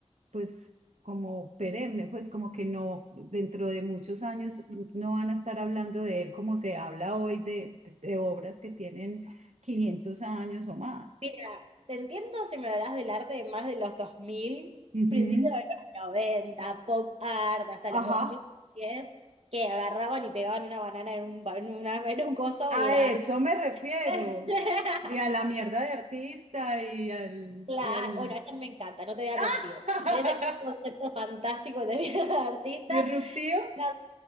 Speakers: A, on the right; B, on the right.
A: pues como perenne, pues como que no, dentro de muchos años no van a estar hablando de él como se habla hoy de, de- de obras que tienen quinientos años o más.
B: Mira, te entiendo si me hablas del arte de más de los 2000,
A: Ujú.
B: principios de los 90, pop art, hasta
A: Ajá,
B: los dos mil diez, que agarraban y pegaban una banana en un, en una- <laughs> en un coso
A: a
B: y era
A: eso
B: arte.
A: me refiero.
B: <laughs>
A: Y a la mierda de artista y al...
B: Claro,
A: Y al...
B: bueno, eso me encanta, no te voy a mentir.
A: <laughs>
B: Me parece que es un concepto fantástico de <laughs> mierda de artista.
A: ¿Disruptivo?
B: No,